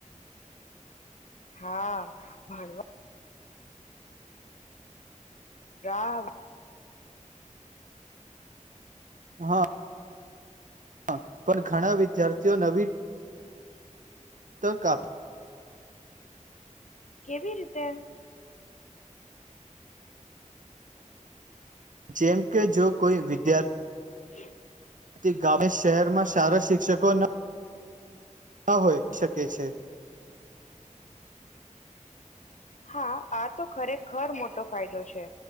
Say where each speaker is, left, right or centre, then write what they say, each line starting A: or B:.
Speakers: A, on the left; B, on the right.
A: હા ભણવા. રા <unintelligible>
B: હા પણ ઘણા વિદ્યાર્થીઓ નવી તકપ
A: કેવી રીતે.
B: જેમ કે જો. કોઈ વિદ્યાર્થી.
A: <inaudible>
B: થી ગામે શહેરમાં શારા શિક્ષકોના. ના હોય શકે છે.
A: હા આ તો ખરેખર મોટો ફાયદો છે